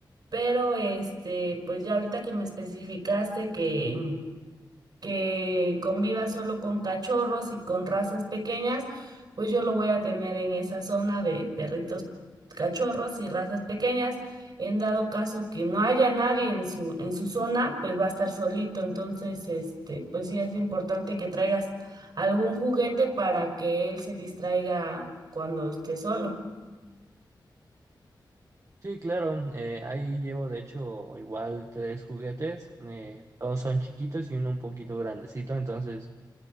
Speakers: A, on the right (about 60°); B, on the right (about 40°).
A: pero este, pues ya ahorita que me especificaste que que conviva solo con cachorros y con razas pequeñas, pues yo lo voy a tener en esa zona de perritos cachorros y razas pequeñas. En dado caso que no haya nadie en su, en su zona, pues va a estar solito. Entonces, este, pues sí es importante que traigas algún juguete para que él se distraiga cuando esté solo.
B: Sí, claro, eh, ahí llevo de hecho igual tres juguetes, eh, todos son chiquitos y uno un poquito grandecito, entonces